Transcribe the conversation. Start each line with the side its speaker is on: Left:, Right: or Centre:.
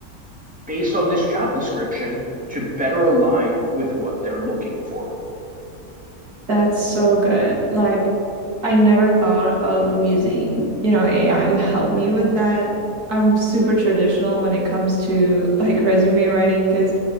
Centre: based on this job description to better align with what they're looking for?
Right: That's so good. Like, I never thought of using, you know, AI to help me with that. I'm super traditional when it comes to like resume writing because